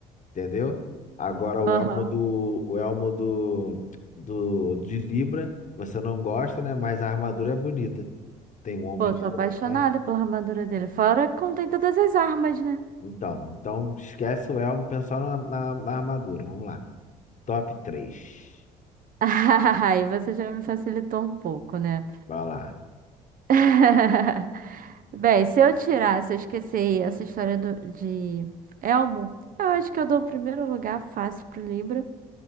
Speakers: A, on the left; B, on the right.
A: entendeu? Agora o
B: Aham.
A: elmo do, o elmo do, do de Libra, você não gosta, né? Mas a armadura é bonita. Tem um ombro
B: Pô,
A: diferente.
B: sou apaixonada pela armadura dele. Fora que contém todas as armas, né?
A: Então, então esquece o elmo, pensa só na, na, na armadura. Vamos lá. Top três
B: <laughs> Aí você já me facilitou um pouco, né?
A: Vai lá.
B: <laughs> Bem, se eu tirar, se eu esquecer essa história do- de Elmo, eu acho que eu dou o primeiro lugar fácil pro Libra.